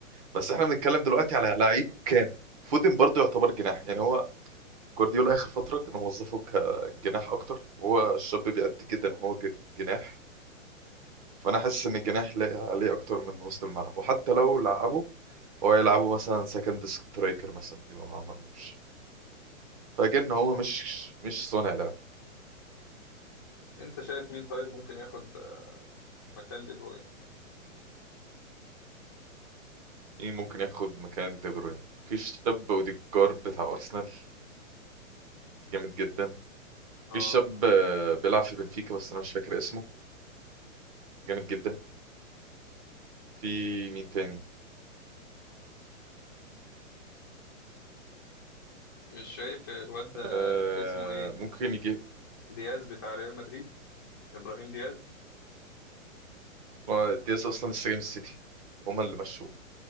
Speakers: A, on the right; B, on the left.
A: بس احنا بنتكلم دلوقتي على لعيب كام فودن برضه يعتبر جناح يعني هو جوارديولا اخر فتره كانوا موظفه كجناح اكتر وهو الشاب بيأدي جدا وهو ج- جناح فانا حاسس ان الجناح لاقي عليه اكتر من وسط الملعب وحتى لو لعبه فهو يلعبه مثلا سكند سترايكر مثلا يبقى مع مرموش فاجن هو مش مش صانع لعب
B: انت شايف مين طيب ممكن ياخد مكان دي بروين
A: مين ممكن ياخد مكان دي بروين في الشاب اوديجار بتاع ارسنال جامد جدا
B: اه
A: في الشاب آه، بيلعب في بنفيكا بس انا مش فاكر اسمه جامد جدا في مين تاني
B: مش شايف الواد ده
A: آه
B: اسمه ايه
A: ممكن يجي
B: دياز بتاع ريال مدريد ابراهيم دياز
A: ما دياز اصلا لسه جاي من السيتي وهما اللي مشوه